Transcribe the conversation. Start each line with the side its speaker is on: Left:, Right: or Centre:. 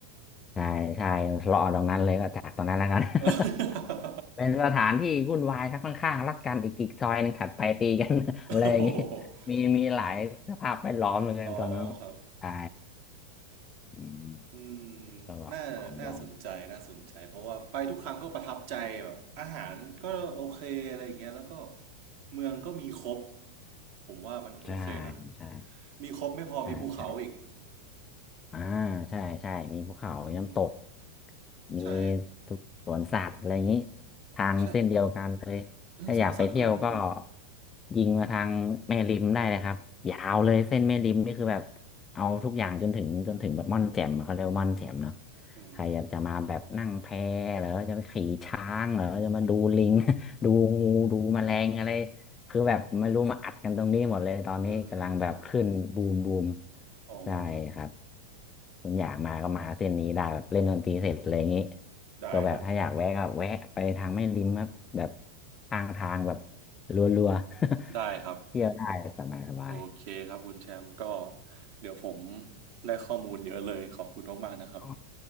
Left: ใช่ใช่รอตรงนั้นเลยก็จากตรงนั้นแล้วกัน <laughs>
Right: เออ
Left: เป็นสถานที่วุ่นวายครับข้างๆรักกันอีกอีกซอยหนึงถัดไปตีกัน <laughs>
Right: <laughs>
Left: อะไรอย่างงี้
Right: โอ้โ
Left: มีมีหลายสภาพแวดล้อมเหมือนกันตอนนั้น
Right: หอ๋อครับ
Left: ใช่อืม
Right: อืม
Left: ก็ลองลองลอง
Right: น่าน่าสนใจน่าสนใจ เพราะว่าไปทุกครั้งก็ประทับใจแบบอาหารก็โอเค อะไรอย่างเงี้ยแล้วก็เมืองก็มีครบ ผมว่ามันโอเคนะ
Left: ใช่ใช่
Right: มีครบไม่พอมีภูเขาอีก
Left: ใช่ใช่ อ่าใช่ใช่มีภูเขามีน้ำตก
Right: อืม
Left: มี
Right: ใช่
Left: ทุกสวนสัตว์อะไรอย่างนี้ทางเส้นเดียวกันเลยถ้าอยากไปเที่ยวก็
Right: ใช่เออสวนสัตว์ก็มี
Left: ยิงมาทางแม่ริมได้เลยครับยาวเลยเส้นแม่ริมนี่คือแบบเอาทุกอย่างจนถึงจนถึงแบบม่อนแจ่มอะเขาเรียกว่าม่อนแจ่มเนาะ
Right: อืม
Left: ใครอยากจะมาแบบนั่งแพเหรือจะไปขี่ช้างเหรือจะมาดูลิง <laughs> ดูงูดูแมลงอะไร คือแบบไม่รู้มาอัดกันตรงนี้หมดเลยตอนนี้กำลังแบบขึ้นบูมบูม
Right: เอออ๋อครับ
Left: ใช่ครับคุณอยากมาก็มาเส้นนี้ได้แบบเล่นดนตรีเสร็จอะไรอย่างนี้
Right: ได้ครับ
Left: ก็แบบถ้าอยากแวะก็แวะไปทางแม่ริมครับแบบทางทางแบบรัวๆ
Right: ได้ครับ
Left: <laughs> เที่ยวได้สบายสบาย
Right: โอเคครับคุณแชมป์ก็เดี๋ยวผมได้ข้อมูลเยอะเลยขอบคุณมากๆนะครับ
Left: อ๋อ